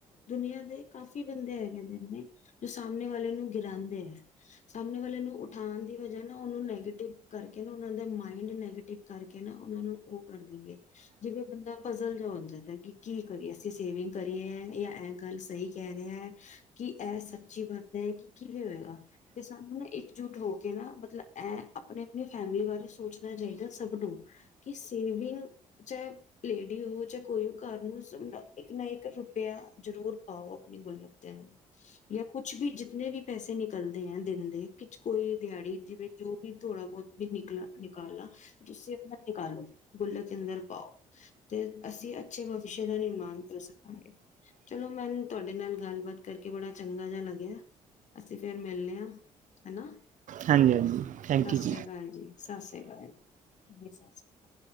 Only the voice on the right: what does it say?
ਹਾਂਜੀ ਹਾਂਜੀ ਥੈਂਕ ਯੂ।